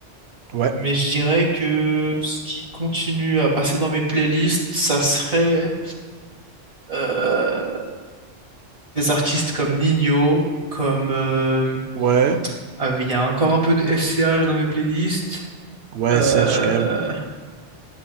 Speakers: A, on the right; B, on the right.
A: Ouais.
B: mais je dirais que ce qui continue à passer dans mes playlists, ça serait euh, des artistes comme Nino, comme euh,
A: Ouais.
B: ah, il y a encore un peu de SCH dans mes playlists.
A: Ouais,
B: Euh,
A: CH quand même.